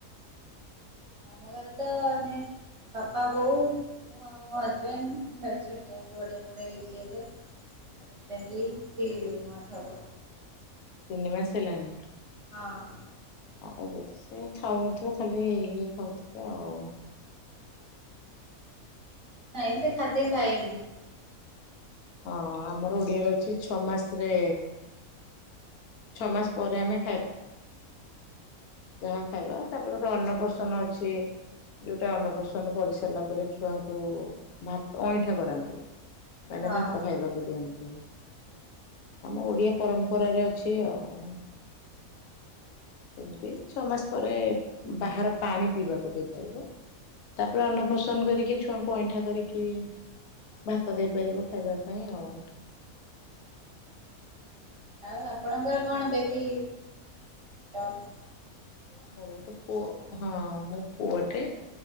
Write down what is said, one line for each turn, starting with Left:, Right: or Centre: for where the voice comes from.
Right: ଆମ ଘରେ ତ, ଆମେ ବାପା, ବୋଉ ମୁଁ ଆଉ ମୋ ହଜବେଣ୍ଡ ଛୋଟିଆ ପୁଅଟେ ମୋର ହେଇଛି ଏବେ। ରିସେଣ୍ଟଲି ଥ୍ରୀ ମନ୍ଥ ହବ।
Left: ତିନି ମାସ ହେଲାଣି?
Right: ହଁ।
Left: ଆ ଏବେ ତ ସେ ଖାଉନଥିବେ ଖାଲି ଇଏ ଖାଉଥିବେ ଆଉ।
Right: ନାଇଁ ସେ ଖାଦ୍ୟ ଖାଇନି।
Left: ହଁ ଆମର ଓଡିଆରେ ଅଛି ଛଅ ମାସରେ ଛଅ ମାସ ପରେ ଆମେ ଖାଇ ଯାହା ଖାଇବା ତାପରେ ଗୋଟେ ଅନ୍ନ ପ୍ରସନ୍ନ ଅଛି। ଯୋଉଟା ଅନ୍ନପ୍ରସନ୍ନ କରିସାରିଲା ପରେ ଛୁଆଙ୍କୁ, ଭାତ ଅଇଁଠା କରାନ୍ତି। ମାନେ
Right: ହଁ।
Left: ଭାତ ଖାଇବାକୁ ଦିଅନ୍ତି, ଆମ ଓଡିଆ ପରମ୍ପରାରେ ଅଛି ଆଉ। ଏମିତି ଛଅ ମାସ ପରେ ବାହାର ପାଣି ପିଇବାକୁ ଦେଇପାରିବ। ତାପରେ ଅନ୍ନପସନ୍ଦ କରିକି ଛୁଆଙ୍କୁ ଅଇଁଠା କରିକି ଭାତ ଦେଇପାରିବ ଖାଇବା ପାଇଁ ଆଉ।
Right: ଆଉ ଆପଣଙ୍କର କଣ ବେବି ଟପ
Left: ମୋର ଗୋଟେ ପୁଅ। ହଁ ମୋ ପୁଅଟେ